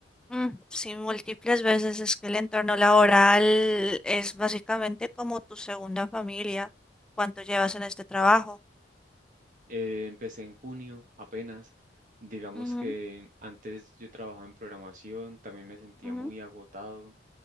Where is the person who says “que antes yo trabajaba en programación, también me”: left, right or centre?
Right